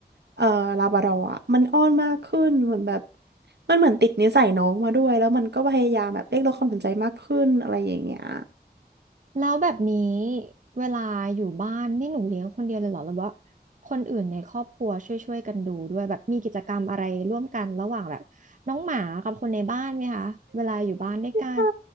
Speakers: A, on the right; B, on the right.
A: เอ่อลาบราดอร์อะมันอ้อนมากขึ้นเหมือนแบบมันเหมือนติดนิสัยน้องมาด้วย แล้วมันก็พยายามแบบเรียกร้องความสนใจมากขึ้นอะไรอย่างเงี้ย
B: แล้วแบบนี้เวลาอยู่บ้านนี่หนูเลี้ยงคนเดียวเลยเหรอหรือว่าคนอื่นในครอบครัวช่วยช่วยกันดูด้วยแบบมีกิจกรรมอะไรร่วมกันระหว่างแบบน้องหมากับคนในบ้านไหมคะเวลาอยู่บ้านด้วยกัน
A: ค่ะ